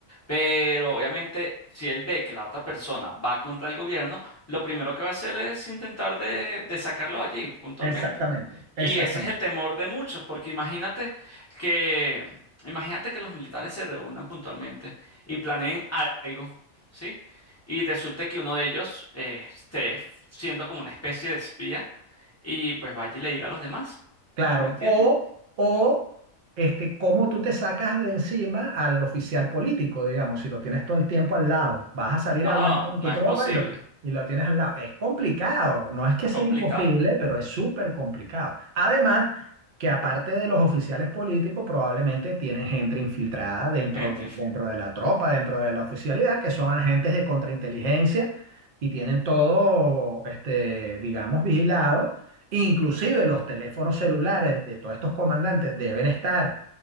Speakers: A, on the left (about 25°); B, on the right (about 65°).
A: Pero obviamente, si él ve que la otra persona va contra el gobierno, lo primero que va a hacer es intentar de, de sacarlo de allí, puntualmente.
B: Exactamente,
A: Y
B: exactamente.
A: ese es el temor de muchos, porque imagínate que, imagínate que los militares se reúnan puntualmente y planeen algo, ¿sí? Y resulta que uno de ellos eh, esté siendo como una especie de espía y pues vaya y le diga a los demás.
B: Claro,
A: ¿Me entiendes?
B: o, o este, cómo tú te sacas de encima al oficial político, digamos, si lo tienes todo el tiempo al lado, vas a salir
A: No,
B: a hablar con
A: no
B: tu
A: es
B: tropa
A: posible.
B: y lo, y lo tienes al lado. Es complicado, no es que
A: Es
B: sea
A: complicado.
B: imposible, pero es súper complicado. Además, que aparte de los oficiales políticos, probablemente tienen gente infiltrada dentro,
A: Gente inf-
B: dentro de la tropa, dentro de la oficialidad, que son agentes de contrainteligencia y tienen todo, este, digamos, vigilado Inclusive los teléfonos celulares de todos estos comandantes deben estar